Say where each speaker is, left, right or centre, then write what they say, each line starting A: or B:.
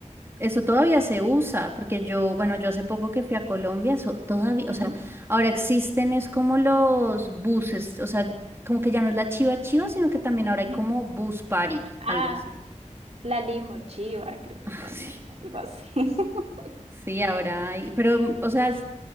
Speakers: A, on the right (about 20°); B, on the right (about 55°).
A: Eso todavía se usa, porque yo, bueno, yo hace poco que fui a Colombia, eso todavía,
B: Ujú.
A: o sea, ahora existen es como los buses, o sea, como que ya no es la chiva chiva, sino que también ahora hay
B: Ujú.
A: como bus party,
B: Ah,
A: algo así.
B: la limochiva, creo que
A: <laughs>
B: también, algo así. <laughs>
A: Sí, sí, ahora hay, pero, mm, o sea, es